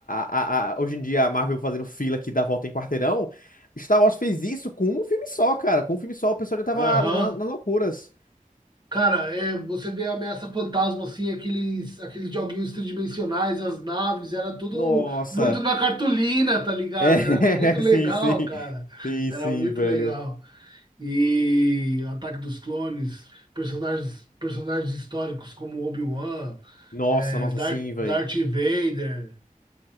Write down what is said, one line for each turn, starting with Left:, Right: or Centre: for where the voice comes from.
Left: a, a- hoje em dia a Marvel fazendo fila que dá volta em quarteirão. Star Wars fez isso com um filme só, cara. Com um filme só, o pessoal já tava
Right: Aham.
Left: na- nas loucuras.
Right: Cara, é, você vê a ameaça fantasma, assim, aqueles, aqueles joguinhos tridimensionais, as naves, era tudo
Left: Nossa.
Right: muito na cartolina, tá ligado?
Left: É,
Right: Era muito legal,
Left: <laughs> sim, sim.
Right: cara.
Left: Sim,
Right: Era
Left: sim,
Right: muito
Left: velho.
Right: legal. e Ataque dos Clones, personagens, personagens históricos como Obi-Wan,
Left: Nossa,
Right: é,
Left: nossa,
Right: Darth,
Left: sim, velho.
Right: Darth Vader.